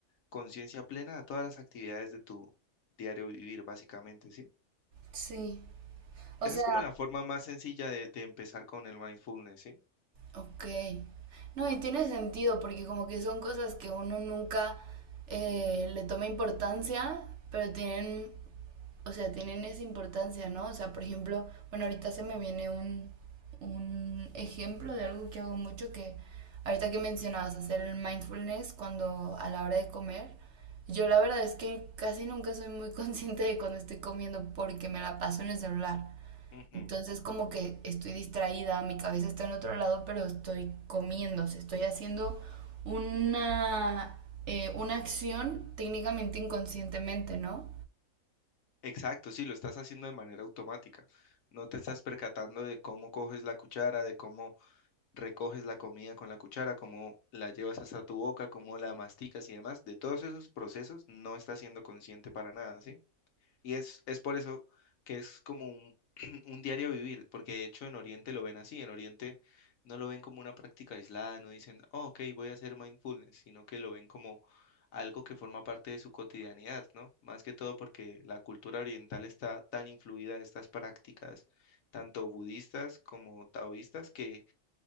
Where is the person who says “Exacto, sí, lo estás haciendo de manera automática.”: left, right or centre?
Left